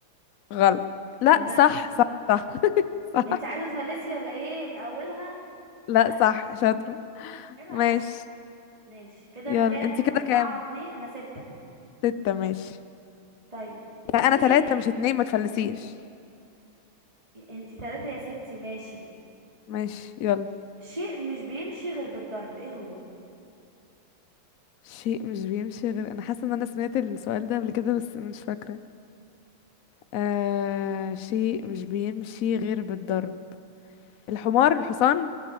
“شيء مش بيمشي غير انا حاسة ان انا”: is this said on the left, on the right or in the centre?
Left